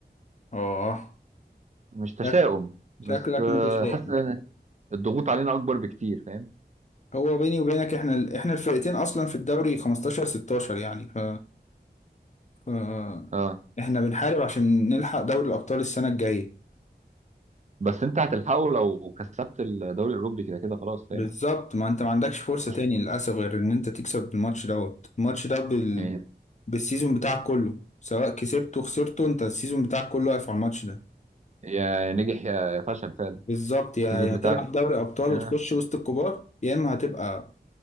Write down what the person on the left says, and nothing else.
اه
شك-
شكلك
متشائم
هو بيني وبينك احنا ال- احنا الفرقتين اصلا في الدوري 15 16 يعني ف آه.
احنا بنحارب عشان نلحق دوري الابطال السنه الجايه
بالظبط ما انت ما عندكش فرصه
تاني للاسف غير ان انت تكسب الماتش دوت الماتش ده بال...
بالسيزون بتاعك كله سواء كسبته وخسرته انت السيزون بتاعك كله واقف على الماتش ده
بالظبط يا
هتلعب دوري ابطال
وتخش وسط الكبار يا اما هتبقى